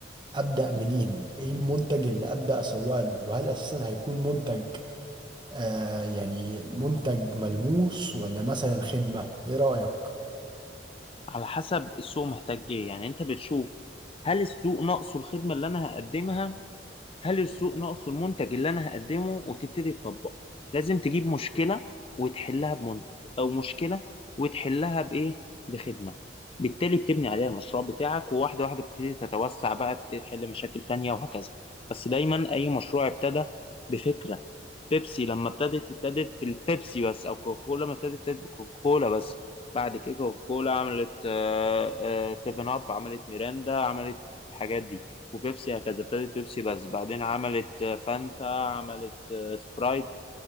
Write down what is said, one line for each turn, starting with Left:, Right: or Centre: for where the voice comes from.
Right: أبدأ منين؟ إيه المنتج اللي أبدأ أسوق له؟ وهل أساسا هيكون منتج آه يعني منتج ملموس ولا مثلا خدمة ايه رأيك
Left: على حسب السوق محتاج إيه يعني أنت بتشوف هل السوق ناقصه الخدمة اللي أنا هقدمها هل السوق ناقصه المنتج اللي أنا هقدمه وتبتدي تطبق لازم تجيب مشكلة وتحلها بمنتج أو مشكلة وتحلها بإيه بخدمة بالتالي بتبني عليها المشروع بتاعك وواحدة واحدة بتبتدي تتوسع بقى تبتدي تحل مشاكل تانية وهكذا بس دايما أي مشروع ابتدى بفكرة بيبسي لما ابتدت ابتدت بالبيبسي بس او كوكاكولا ما ابتدت ابتدت بكوكاكولا بس بعد كده كوكاكولا عملت آه، آه، سيفن اب عملت ميرندا عملت الحاجات دي وبيبسي هكذا ابتدت بيبسي بس بعدين عملت آه، فانتا عملت آه، سبرايت